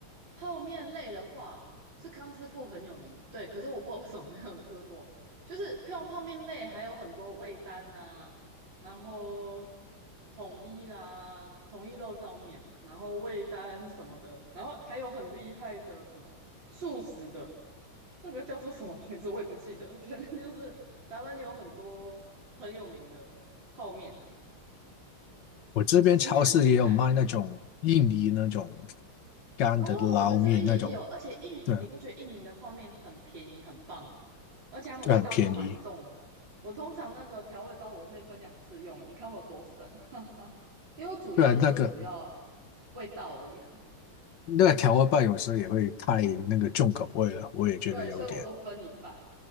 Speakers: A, on the right; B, on the left.
A: 泡面类的话是康师傅很有名，对，可是我不知道为什么没有吃过，就是泡泡面类还有很多味丹呐、然后统一啦，统一肉燥面嘛，然后味丹什么的，然后还有很厉害的什么素食的。那个叫做什么牌子我也不记得了反正就是台湾有很多很有名的泡面啊。
B: 我这边超市也有卖那种印尼那种
A: 其实你很厉害，嗯，
B: 干的捞面那种，
A: 哦，我们这边也有，而且印你不觉得印尼的泡面很便宜很棒吗？
B: 对啊
A: 而且它们味道又蛮重的。
B: 就很便宜。
A: 我通常那个调味包我可以分两次用，你看我多省，<laughs> 因为我主要就是只要
B: 对啊那个
A: 味道而已啊。
B: 那个调味棒有时候也会太那个重口味了，我也觉得有点。
A: 对，所以我都分一半。